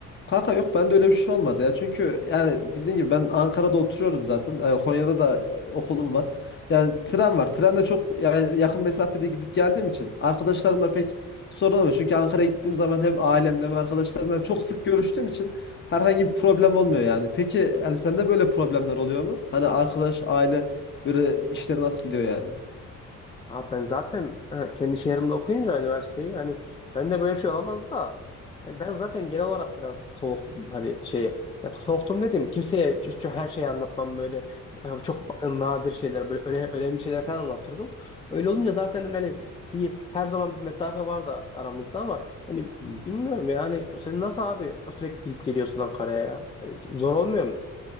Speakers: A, on the left; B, on the left.
A: Kanka yok bende öyle bir şey olmadı ya. Çünkü yani bildiğin gibi ben Ankara'da oturuyorum zaten. Ee, Konya'da da e, okulum var. Yani tren var. Trenle çok yani yakın mesafede gidip geldiğim için arkadaşlarımla pek sorun olmuyor. Çünkü Ankara'ya gittiğim zaman hem ailemle hem arkadaşlarımla çok sık görüştüğüm için herhangi bir problem olmuyor yani. Peki yani sende böyle problemler oluyor mu? Hani arkadaş, aile böyle işleri nasıl gidiyor yani?
B: Abi ben zaten e, kendi şehrimde okuyunca üniversiteyi hani ben de böyle bir şey olamaz da yani ben zaten genel olarak biraz soğuktum hani şeye ya soğuktum dedim kimseye çok, çok her şeyi anlatmam böyle e, çok nadir şeyler böyle öne- önemli şeyler falan anlatırdım. Öyle olunca zaten hani bir her zaman bir mesafe vardı aramızda ama hani
A: Hmm.
B: bilmiyorum yani sen nasıl abi sürekli gidip geliyorsun Ankara'ya ya? Yani zor olmuyor mu?